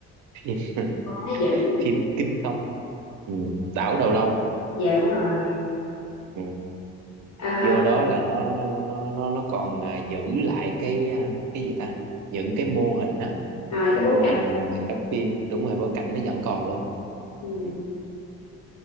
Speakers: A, on the right; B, on the left.
A: <laughs>
B: Quá dữ.
A: phim Kinh Công ừ, đảo Đầu Lâu
B: Dạ đúng rồi.
A: ừ.
B: À,
A: vô đó là nó nó nó nó còn à, giữ lại cái à, cái gì ta những cái mô hình á
B: rồi cái bối
A: mô
B: cảnh.
A: hình à, đóng phim đúng rồi bối cảnh nó vẫn còn luôn
B: Ừ.
A: ừ.